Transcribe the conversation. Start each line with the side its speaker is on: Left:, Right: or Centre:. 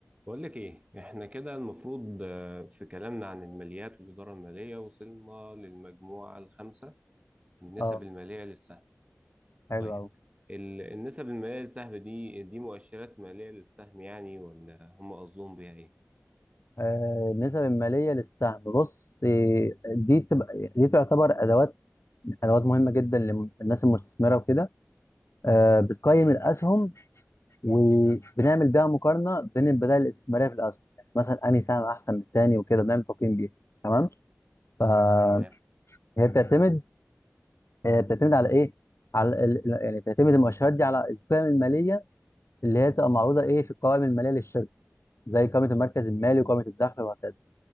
Right: بقول لك ايه احنا كده المفروض آه، في كلامنا عن الماليات والإدارة المالية وصلنا للمجموعة الخامسة النسب
Left: اه
Right: المالية للسهم
Left: حلو
Right: طيب
Left: قوي
Right: ال- النسب المالية للسهم دي دي مؤشرات مالية للسهم يعني ولا هم قصدهم بيها ايه
Left: آه، النسب الماليه للسهم بص آه، دي تبقى دي تعتبر ادوات ادوات مهمه جدا للناس المستثمره وكده آه، بتقيم الاسهم وبنعمل بيها مقارنه بين البدائل الاستثماريه في الاسهم يعني مثلا انهي سهم احسن من التاني وكده بنعمل تقييم بيها تمام فهي
Right: تمام
Left: بتعتمد آه، بتعتمد على ايه على ال- ال- يعني بتعتمد المؤشرات دي على القيم الماليه اللي هي بتبقى معروضه ايه في القوائم الماليه للشركه زي قائمه المركز المالي وقائمه الدخل وهكذا